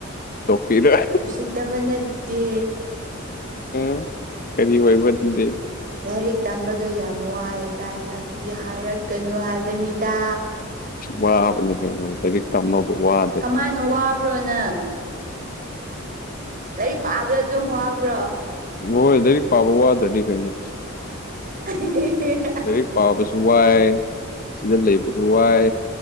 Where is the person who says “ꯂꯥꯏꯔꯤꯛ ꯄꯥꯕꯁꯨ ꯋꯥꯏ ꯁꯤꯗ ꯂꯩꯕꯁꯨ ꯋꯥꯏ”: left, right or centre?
Left